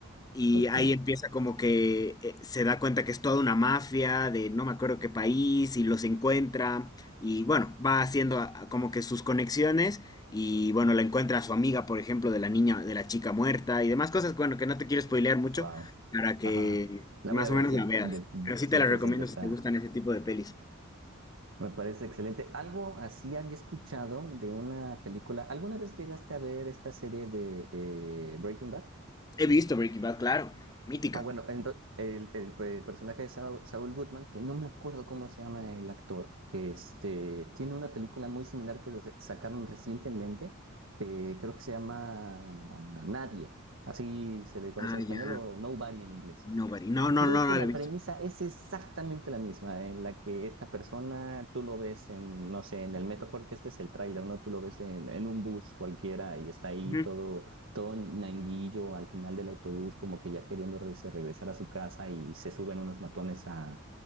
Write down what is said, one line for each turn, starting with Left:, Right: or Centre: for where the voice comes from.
Left: Y
Right: Ok.
Left: ahí empieza como que eh, se da cuenta que es toda una mafia de no me acuerdo qué país y los encuentra y bueno, va haciendo a- a como que sus conexiones y bueno, la encuentra a su amiga, por ejemplo, de la niña, de la chica muerta y demás cosas, bueno, que no te quiero spoilear mucho
Right: Wow.
Left: para que
Right: Ajá. La
Left: más
Right: voy a ver,
Left: o menos
Right: sí,
Left: la veas.
Right: de
Left: Pero sí
Right: cien
Left: te la
Right: por
Left: recomiendo
Right: ciento está.
Left: si te gustan ese tipo de pelis.
Right: Me parece excelente. Algo así había escuchado de una película. ¿Alguna vez llegaste a ver esta serie de eh, Breaking Bad?
Left: He visto Breaking Bad, claro, mítica.
Right: Ah, bueno, ento- el, el- el personaje de Saul, Saul Goodman, que no me acuerdo cómo se llama el actor, este, tiene una película muy similar que re- sacaron recientemente. eh, creo que se llama Nadie. Así se le conoce
Left: Ah,
Right: en español
Left: ya,
Right: o Nobody en inglés.
Left: Nobody. No, no,
Right: Creo
Left: no,
Right: que
Left: no
Right: la
Left: la he visto.
Right: premisa es exactamente la misma en la que esta persona, tú lo ves en, no sé, en el metro, porque este es el tráiler, ¿no? Tú lo ves en, en un bus cualquiera y está ahí
Left: Ujú,
Right: todo, todo nanguillo al final del autobús, como que ya queriendo re- se regresar a su casa y se suben unos matones a,